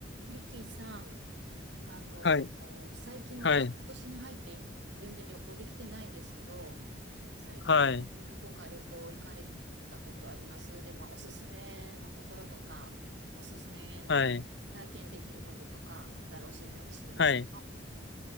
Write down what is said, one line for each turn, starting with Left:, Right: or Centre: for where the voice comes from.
Right: リキさん、あの、
Left: はい、
Right: 最近私、
Left: はい、
Right: 今年に入って全然旅行できてないんですけど、最近どこか旅行行かれたことありますで、
Left: はい、
Right: まあ、おすすめのところとか、おすすめの体験できることとかあったら教えてほしいんです。
Left: はい、はい。